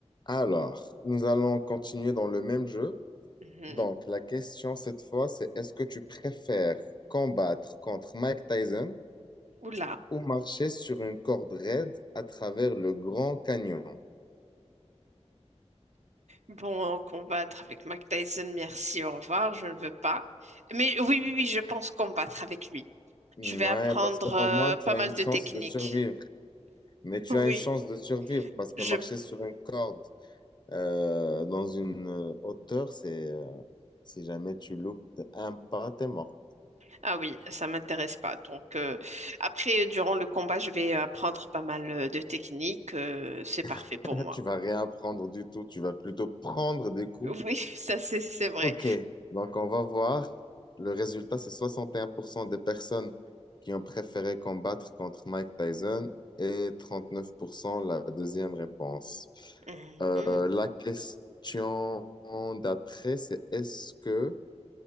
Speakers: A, on the left; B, on the right.
A: Alors, nous allons continuer dans le même jeu.
B: Mhm.
A: Donc, la question cette fois, c'est est-ce que tu préfères combattre contre Mike Tyson
B: Oula.
A: ou marcher sur une corde raide à travers le Grand Canyon?
B: Bon, combattre avec Mike Tyson, merci, au revoir, je ne veux pas. Mais oui, oui, oui, je pense combattre avec lui.
A: Ouais,
B: Je vais apprendre
A: parce qu'au
B: euh,
A: moins, tu
B: pas
A: as
B: mal
A: une chance
B: de techniques.
A: de survivre. Mais tu
B: Oui,
A: as une chance de survivre parce que
B: je...
A: marcher sur une corde euh, dans une euh, hauteur, c'est euh, si jamais tu loupes de un pas, t'es mort.
B: Ah oui, ça m'intéresse pas. Donc, euh, après, durant le combat, je vais apprendre pas mal euh, de techniques. euh, c'est parfait
A: <laughs>
B: pour moi.
A: Tu vas rien prendre du tout. Tu vas plutôt prendre des coups
B: Oui, <laughs> ça, c'est c'est vrai.
A: OK, donc on va voir. Le résultat, c'est 61% des personnes qui ont préféré combattre contre Mike Tyson et 39% la deuxième réponse.
B: Mhm,
A: Euh, la question d'après, c'est est-ce que